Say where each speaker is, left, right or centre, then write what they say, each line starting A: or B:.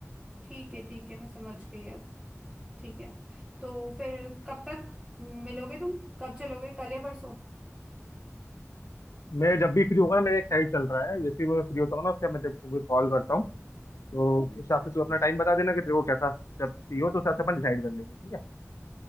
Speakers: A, in the centre; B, on the left.
A: ठीक है ठीक है मैं समझ गई अब ठीक है तो फिर कब तक मिलोगे तुम कब चलोगे कल या परसों
B: मैं जब भी फ्री होगा ना मेरा एक साइड चल रहा है जैसे ही मैं फ्री होता हूँ ना उससे मैं तेरे को कॉल करता हूँ तो उस हिसाब से तू अपना टाइम बता देना कि तेरे को कैसा स्टेप चाहिए हो तो उस हिसाब से अपन डिसाइड कर लेंगे ठीक है